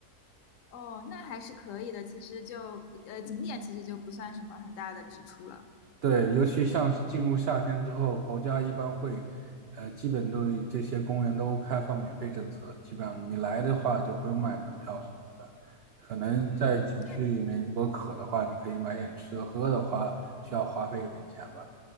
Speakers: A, on the left; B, on the right.
A: 哦，那还是可以的。其实就呃，景点其实就不算什么很大的支出了。
B: 对，尤其像是进入夏天之后，国家一般会，呃，基本对这些公园都开放免费政策，基本上你来的话就不用买门票什么的。可能在景区里面，
A: 嗯，那
B: 如果渴的话，你可以买点吃的；喝的话，需要花费一点钱吧，